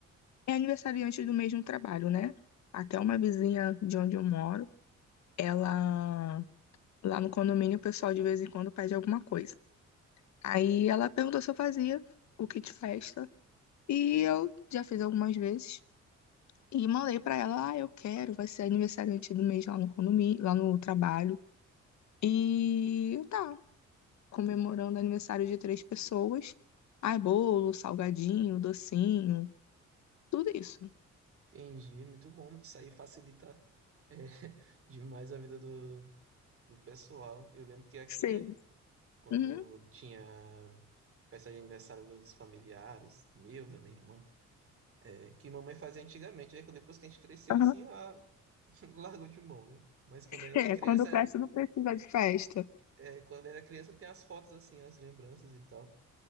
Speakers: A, on the left; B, on the right.
A: é aniversariante do mesmo trabalho, né? Até uma vizinha de onde eu moro, ela lá no condomínio o pessoal de vez em quando pede alguma coisa. Aí ela perguntou se eu fazia o kit festa e eu já fiz algumas vezes. E mandei pra ela, ah, eu quero, vai ser aniversariante do mês lá no condomínio, lá no trabalho. E tá, comemorando aniversário de três pessoas. Ai, bolo, salgadinho, docinho, tudo isso.
B: entendi. Muito bom. Isso aí facilita é, <laughs> demais a vida do, do pessoal. Eu lembro que aqui,
A: Sim.
B: né? quando
A: Uhum.
B: tinha festa de aniversário dos familiares, meu, da minha irmã, é, que mamãe fazia antigamente, né? Que depois que a gente cresceu
A: Aham.
B: assim, ela <laughs> largou de mão, né? Mas quando era
A: É,
B: criança,
A: quando cresce
B: é,
A: não precisa de festa.
B: é, quando era criança tem as fotos assim, as lembranças e tal.